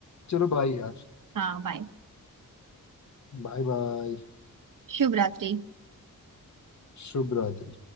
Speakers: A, on the left; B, on the right.
A: चलो बाय यार
B: हाँ बाय
A: Bye bye
B: शुभ रात्रि
A: शुभ रात्रि